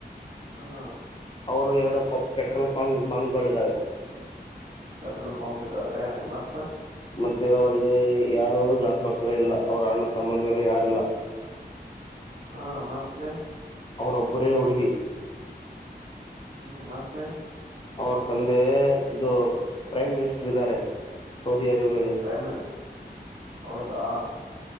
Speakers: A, on the right; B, on the left.
A: ಹಾ
B: ಅವರು ಎರಡು ಪ ಪೆಟ್ರೋಲ್ ಪಂಕ್ ಬಂಕ್ಗಳಿದ್ದಾವೆ
A: ಪೆಟ್ರೋಲ್ ಪಂಪ್ ಇದ್ದಾವೆ ಮತ್ತ
B: ಮತ್ತೆ ಅವಿಗೆ ಯಾರು ಗಣ್ ಮಕ್ಕಳೇ ಇಲ್ಲ ಅವ್ರ ಅಣ್ಣ ತಮ್ಮಂದಿರು ಯಾರಿಲ್ಲ
A: ಹಾ ಮತ್ತೆ
B: ಅವರೊಬ್ಬರೇ ಹುಡುಗಿ.
A: ಹ್ಮ್ ಮತ್ತೆ.
B: ಅವ್ರ ತಂದೆ ಇದು ಪ್ರೈಮ್ ಮಿನಿಸ್ಟರ್ ಇದ್ದಾರೆ. ಸೌದಿ ಅರೇಬ್ಯದ.
A: ಪ್ರೈಮ್ ಮಿನಿಸ್ಟರ್ ಹೌದಾ.